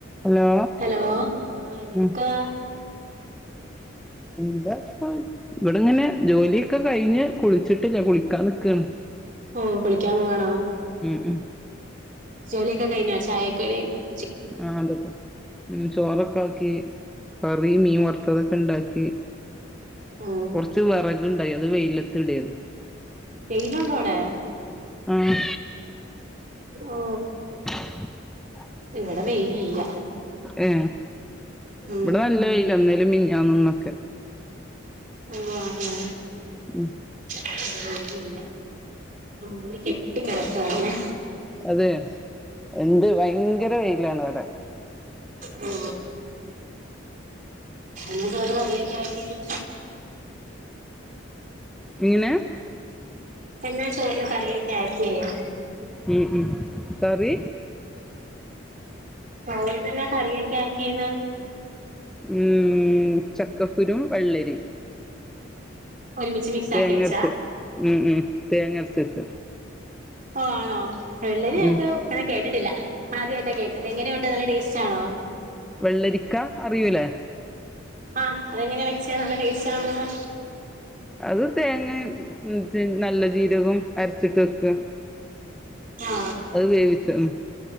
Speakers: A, in the centre; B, on the right.
A: Hello
B: hello ആ എന്നാ
A: ഉം
B: എടുക്കാവ
A: എന്താപ്പോ ഇവിടെ ഇങ്ങനെ ജോലിയൊക്കെ കഴിഞ്ഞ് കുളിച്ചിട്ടില്ല കുളിക്കാൻ നിക്കുകയാണ്
B: ഓ കുളിക്കാൻ പോവാണോ
A: ഉം ഉം
B: ജോലിയൊക്കെ കഴിഞ്ഞോ ചായക്കടി യും
A: ആ അതൊക്കെ ചോറൊക്കെ ആക്കി കറിയും മീൻ വറുത്തതൊക്കെ ഇണ്ടാക്കി
B: ഉം
A: കൊറച്ച് വിറകുണ്ടായി അത് വെയിലത്തിടായിരുന്നു
B: വെയിലുണ്ടോ അവിടെ
A: ആഹ്
B: ഓ
A: <inaudible>
B: ഇവിടെ വെയിലില്ല
A: ഏ
B: ഉം
A: ഇവിടെ നല്ല വെയിലാ ഇന്നലെയും മിഞ്ഞാന്നും ഇന്നൊക്കെ
B: ഓ ആണോ
A: ഉം
B: അത് പോലുല്ല മൂടി കെട്ടി കിടക്കാണെ
A: അതെ എന്ത് ഭയങ്കര വെയിലാണ് ഇവിടെ
B: ഓ എന്നാ പണിയൊക്കെ ആര് ചെയ്യും
A: എങ്ങനെ
B: എന്നാ ചോറിന് കറിയൊക്കെ ആക്കിയേ
A: ഉം ഉം കറി
B: ചോറിനെന്ന കറിയൊക്കെ ആക്കീന്ന്
A: ഉം ചക്കക്കുരും വെള്ളരിയും
B: ഒരുമിച്ച് മിക്സ്
A: തേങ്ങരച്ച്
B: ആക്കി വെച്ചാ
A: ഉം ഉ തേങ്ങരച്ച് വെച്ച്
B: ഓ ആണോ വെള്ളരി ചക്കയൊക്കെ
A: ഉം
B: അങ്ങനെ കേട്ടിട്ടില്ല ആദ്യമായിട്ടാ കേക്കുന്നത് എങ്ങനെയുണ്ട് നല്ല ടേസ്റ്റ് ആണോ
A: വെള്ളരിക്ക അറിയൂലേ
B: ആ അതെങ്ങനെയാണ് വെച്ചേ നല്ല ടേസ്റ്റ് ആണോന്ന്
A: അത് തേങ്ങയും നല്ല ജീരകവും അരച്ചിട്ട് വെക്കുക
B: ആ
A: അത് വേവിച്ച ഉം